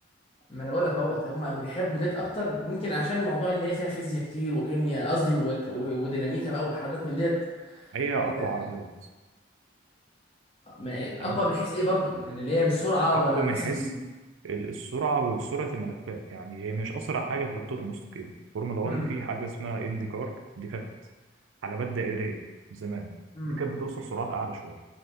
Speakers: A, on the left (about 30°); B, on the right (about 80°).
A: ما انا بقول لك اهوت هم هم بيحبوا ديت اكتر يمكن عشان الموضوع اللي هي فيها فيزياء كتير وكيمياء قصدي وك- و- وديناميكا بقى وحاجات من ديت
B: هي
A: ولا
B: اقوى عربيات
A: ما- اقوى
B: تمام
A: من حيث ايه برضو يعني اللي هي بالسرعه
B: اقوى
A: ولا من
B: من
A: حيث
B: حيث
A: ال...
B: ال- السرعه وسرعه الملفات يعني هي مش اسرع حاجه في الخطوط المستقيمه فورمولا 1
A: امم
B: في حاجه اسمها اندي كار دي كانت حلبات دائريه زمان
A: امم
B: دي كانت بتوصل سرعات اعلى شويه